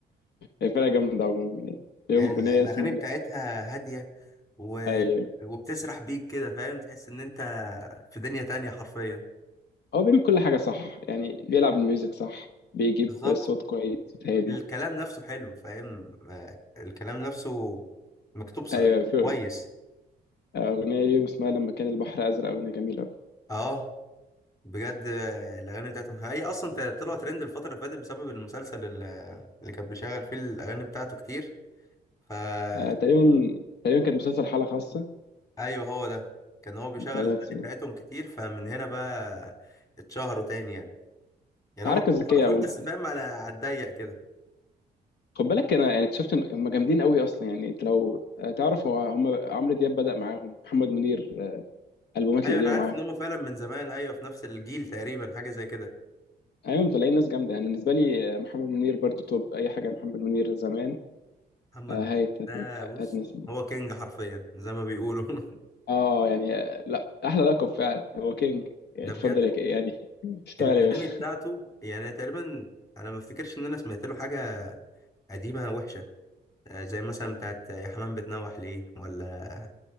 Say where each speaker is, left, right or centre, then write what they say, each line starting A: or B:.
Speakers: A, on the left; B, on the left.
A: هي فرقه جامده عموما يعني ليهم
B: ال-
A: اغنيه
B: الأغاني
A: اسمها
B: بتاعتها
A: لا
B: هادية و...
A: ايوه
B: وبتسرح بيك كده فاهم تحس إن أنت في دنيا تانية حرفيا
A: هو بيعمل كل حاجه صح يعني بيلعب الميوزك صح بيجيب
B: بالظبط
A: صوت كويس صوت هادي
B: الكلام نفسه حلو فاهم آه، الكلام نفسه مكتوب ص-
A: ايوه في
B: كويس
A: اغنيه ليهم اسمها لما كان البحر ازرق اغنيه جميله قوي
B: اه بجد آه، الأغاني بتاعتهم هي أصلا ت- طلعوا ترند الفترة اللي فاتت بسبب المسلسل ال- اللي كان بيشغل فيه الأغاني بتاعته كتير فا
A: آه تقريبا تقريبا كانت مسلسل حاله خاصه
B: أيوه هو ده كان هو بيشغل
A: بتاع
B: الأغاني
A: ده بس-
B: بتاعتهم كتير فمن هنا بقى اتشهروا تاني يعني يعني
A: الحركه
B: هم كانوا
A: الذكيه
B: معروفين
A: عموما
B: بس فاهم على على الضيق كده
A: خد بالك انا يعني اكتشفت ان هم جامدين قوي اصلا يعني انت لو آه، تعرف هو هم عمرو دياب بدأ معاهم محمد منير البومات
B: ايوه
A: القديمه
B: انا عارف
A: معاهم
B: ان هم فعلا من زمان ايوه في نفس الجيل تقريبا حاجه زي كده
A: ايوه مطلعين ناس جامده يعني بالنسبه لي آه، محمد منير برضو توب اي حاجه محمد منير زمان
B: محمد
A: آه،
B: م-
A: هايت هاتن-
B: ده بص
A: هاتنسي
B: هو كينج حرفيا زي ما بيقولوا
A: اه يعني آه، لا احلى لقب فعلا هو كينج اتفضل
B: <laughs> ده بجد
A: يا كي- يعني اشتغل
B: الاغاني
A: يا باشا
B: بتاعته يعني تقريبا انا ما افتكرش ان انا سمعت له حاجه قديمه وحشه آه، زي مثلا بتاعت يا حمام بتنوح ليه ولا